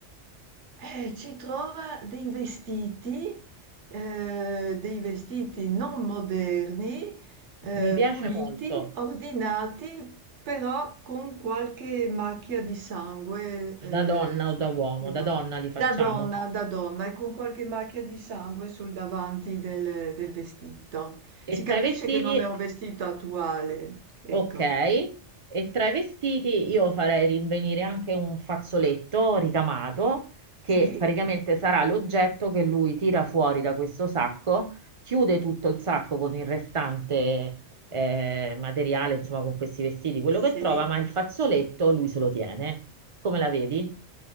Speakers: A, on the right (about 75°); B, on the right (about 35°).
A: Eh, ci trova dei vestiti, eh, dei vestiti non moderni, eh,
B: Mi piace
A: puliti,
B: molto,
A: ordinati, però con qualche macchia di sangue,
B: da donna
A: eh, sul-
B: o da uomo,
A: sul
B: da
A: dav-
B: donna li facciamo.
A: da donna, da donna, e con qualche macchia di sangue sul davanti del, del vestito.
B: E
A: Si capisce
B: tra i vestiti
A: che non è un vestito attuale, ecco.
B: Ok, e tra i vestiti io farei rinvenire anche un fazzoletto ricamato che
A: Sì,
B: praticamente sarà l'oggetto che lui tira fuori da questo sacco, chiude tutto il sacco con il restante eh, materiale, insomma con questi vestiti, quello
A: sì.
B: che trova, ma il fazzoletto lui se lo tiene. Come la vedi?